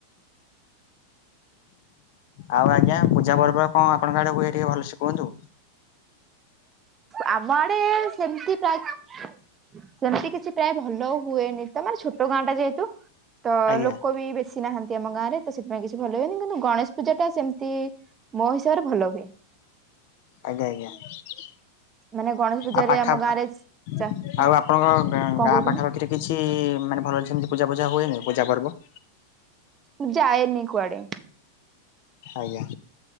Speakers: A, on the left; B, on the right.
A: ଆଉ ଆଜ୍ଞା ପୂଜା ପର୍ବ କଣ ଆପଣଙ୍କ ଆଡେ ହୁଏ ଟିକେ ଭଲସେ କୁହନ୍ତୁ।
B: ଆମ ଆଡେ-ଏ-ଏ-ଏ ସେମିତି ପ୍ରାୟ ସେମିତି କିଛି ପ୍ରାୟ ଭଲ ହୁଏନି ତ ମାନେ ଛୋଟ ଗାଁ ଟା ଯେହେତୁ। ତ
A: ଆଜ୍ଞା
B: ଲୋକ ବି ବେ ଶୀ ନାହାନ୍ତି ଆମ ଗାଁ ରେ ତ ସେଥିପାଇଁ କିଛି ଭଲ ହୁଏନି। କିନ୍ତୁ ଗଣେଶ ପୂଜା ଟା ସେମିତି ମୋ ହିସାବରେ ଭଲ ହୁଏ।
A: ଆଜ୍ଞା ଆଜ୍ଞା।
B: ମାନେ ଗଣେଶ ପୂଜାରେ
A: ଆଉ ପାଖା,
B: ଆମ ଗାଁରେ
A: ଆଉ
B: ଚାରିଟା
A: ଆପଣଙ୍କ ଗାଁ
B: କଣ
A: ପାଖା
B: କହୁଛନ୍ତି
A: ପାଖି ଏଥିରେ କିଛି-ଇ-ଇ-ଇ-ଇ ମାନେ ଭଲ ସେମିତି ପୂଜା ବୁଜା ହୁଏନି ପୂଜା ପର୍ବ।
B: ମୁଁ ଯାଏନି କୁଆଡେ।
A: ଆଜ୍ଞା,